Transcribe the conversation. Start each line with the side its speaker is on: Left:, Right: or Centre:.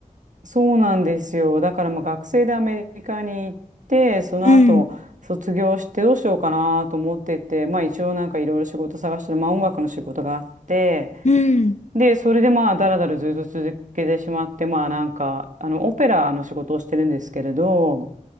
Right: そうなんですよ。だからまあ学生でアメリカに行って、その後卒業してどうしようかなと思ってて、
Left: うん、
Right: まあ一応なんかいろいろ仕事探してる、まあ音楽の仕事があって、
Left: うん。
Right: で、それでまあだらだらずっと続けてしまって、まあなんか、あの、オペラの仕事をしてるんですけれど、